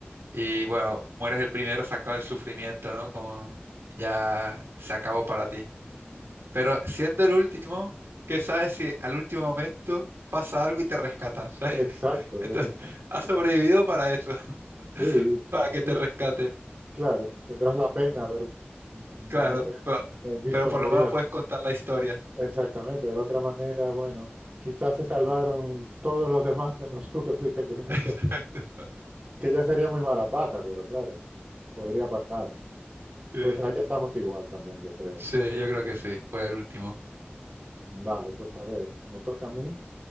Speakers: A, on the right; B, on the right.
A: Y bueno, mueres el primero, se acaba el sufrimiento, ¿no? Como ya se acabó para ti. Pero siendo el último, ¿qué sabes si al último momento pasa algo y te rescatan? ¿sabes?
B: Exacto,
A: <laughs> Entonces,
B: es- <laughs>
A: has sobrevivido para eso,
B: sí,
A: <laughs> para que
B: sí,
A: te rescaten.
B: claro, tendrás la pena haber, de
A: Claro,
B: haber
A: pero,
B: eh, visto
A: pero por
B: morir
A: lo menos puedes contar la historia.
B: Exactamente, de la otra manera, bueno, quizás se salvaron todos los demás menos tú que fuiste el primero,
A: <laughs> Exacto.
B: <laughs> que ya sería muy mala pata, pero claro, podría pasar.
A: Sí,
B: Pues ahí estamos igual también, yo creo.
A: Sí, yo creo que sí, fue el último.
B: Vale, pues a ver, me toca a mí.